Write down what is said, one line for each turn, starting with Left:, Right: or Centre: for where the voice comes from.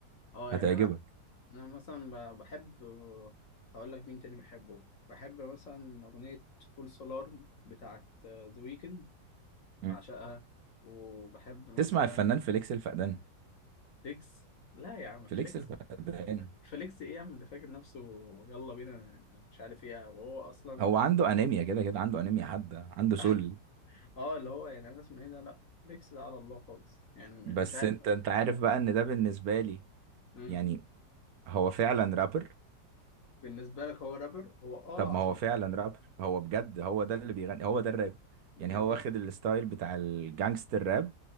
Left: آه،
Right: هتعجبك
Left: يعني انا انا مثلا ب- بحب هقول لك مين تاني بحبه بحب مثلا اغنيه فول سولار بتاعت ذا ويكند
Right: مم.
Left: بعشقها وبحب مثلا
Right: تسمع الفنان فليكس الفقدان
Left: فليكس لا يا عم
Right: فليكس
Left: فليكس
Right: الفقدان
Left: فليكس ايه يعمل ده فاكر نفسه يلا بينا مش عارف ايه وهو اصلا
Right: هو عنده انيميا كده كده عنده انيميا حادة عنده سل
Left: <laughs> اه اللي هو يعني انا اسمه ايه ده لا فليكس ده على الله خالص يعني م-
Right: بس
Left: مش عارف
Right: انت انت عارف بقى ان ده بالنسبة لي
Left: امم
Right: يعني هو فعلا رابر
Left: بالنسبه لك هو رابر هو اه
Right: طب ما
Left: عشان
Right: هو فعلا رابر هو بجد هو ده اللي بيغني هو ده الراب يعني
Left: ده
Right: هو واخد الستايل بتاع الجانجستر راب